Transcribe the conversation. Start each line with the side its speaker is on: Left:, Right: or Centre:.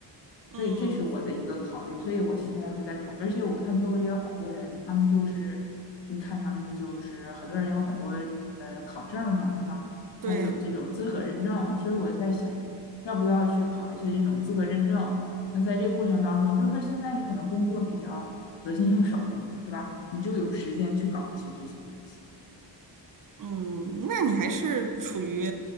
Right: 嗯，
Left: 所以这是我的一个考虑，所以我现在是在考虑，而且我看周围也有好多人，他们就是，你看他们就是很多人有很多呃考证嘛，是吧？
Right: 对。
Left: 他就有这种资格认证，所以我在想，要不要去考一些这种资格认证？那在这个过程当中，就是说现在你可能工作比较得心应手了嘛，是吧？你就有时间去搞一些这些东西，
Right: 嗯，那你还是处于